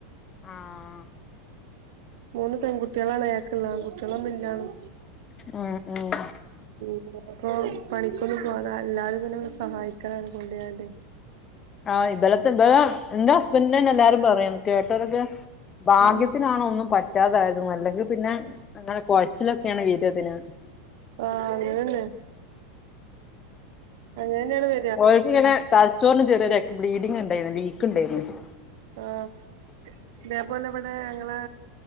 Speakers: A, on the left; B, on the right.
A: ആഹ്
B: മൂന്ന് പെൺകുട്ടികളാണെ അയാക്കുള്ളത് ആൺകുട്ടികളൊന്നും ഇല്ലാന്ന്
A: ഉം ഉം
B: ഇനീപ്പോ പണിക്കൊന്നും പോകാതെല്ലാതുംങ്ങനെ സഹായിക്കാണ് കൊണ്ടിരാണ്ട്
A: ആഹ് ഇബലത്തെ ഇബലാ എന്റെ ഹസ്ബന്റെന്നെ അന്നെ എല്ലാരും പറയും കേട്ടോരൊക്കെ ഭാഗ്യത്തിനാണോ
B: ഉം ഉം
A: ഒന്നും പ- പറ്റാതായത് അല്ലെങ്കി പിന്നെ അങ്ങനെ കൊഴച്ചിലൊക്കെയാണ് വരാ ഇതിന്
B: ആഹ അങ്ങനന്നെ അങ്ങനെ തന്നെയാണ് വ-
A: ഓൾക്കിങ്ങനെ തലച്ചോറിന് ചെറിയൊരെക്കെ ബ്ലീഡിങ് ഒണ്ടായിരുന്ന് വീക്കൊണ്ടാരുന്ന്
B: ആഹ ഇതേപോലെ ഇവടെ ഞങ്ങളേ